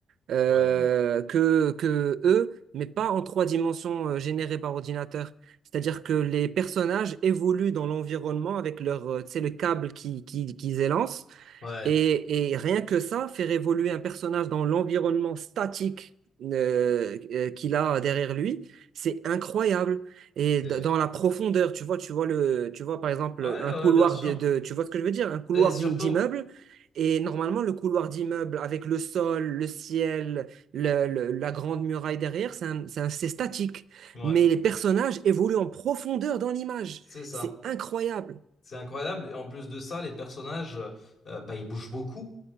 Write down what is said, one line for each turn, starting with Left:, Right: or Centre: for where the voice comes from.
Right: euh,
Left: ouais,
Right: que, que eux, mais pas en trois dimensions euh, générées par ordinateur. C'est-à-dire que les personnages évoluent dans l'environnement avec leur, euh, tu sais, le câble qui, qui, qu'ils élancent.
Left: ouais,
Right: Et, et rien que ça, faire évoluer un personnage dans l'environnement statique euh, euh, qu'il a derrière lui, c'est incroyable. Et
Left: c'est-
Right: d- dans la profondeur, tu vois, tu vois le, tu vois par exemple
Left: ouais,
Right: un
Left: ouais,
Right: couloir
Left: bien sûr.
Right: de, de- tu vois ce que je veux dire, un couloir
Left: Et surtout,
Right: d'immeuble et normalement, le couloir d'immeuble avec le sol, le ciel, le- le- la grande muraille derrière, c'est un- c'est un- c'est statique.
Left: ouais,
Right: Mais les personnages évoluent en profondeur dans l'image.
Left: c'est ça.
Right: C'est incroyable.
Left: C'est incroyable. Et en plus de ça, les personnages, euh, bah, ils bougent beaucoup.